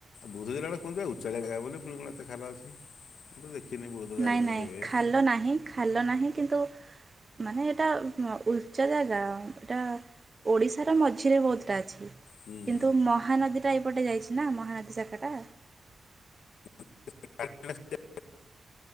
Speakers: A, on the left; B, on the right.
A: ବୌଦ୍ଧ ଜିଲ୍ଲାଟା କହନ୍ତି ଉଚ୍ଚାଳିଆ ଜାଗାଟା ବୋଲି ପୁଣି କଣ ଏତେ ଖାଲ ଅଛି। ମୁଁ ତ ଦେଖିନି ବୌଦ୍ଧ ଯାଇନି
B: ନାଇଁ ନାଇଁ
A: କେବେ
B: ଖାଲ ନାହିଁ। ଖାଲ ନାହିଁ କିନ୍ତୁ ମାନେ ଏଇଟା ଉ ଉଚ୍ଚା ଜାଗା ଏଟା ଓଡ଼ିଶାର ମଝିରେ ବୌଦ୍ଧଟା ଅଛି।
A: ହୁଁ।
B: କିନ୍ତୁ ମହାନଦୀଟା ଏଇପଟେ ଯାଇଛି ନା ମହାନଦୀ ଶାଖା ଟା।
A: <unintelligible>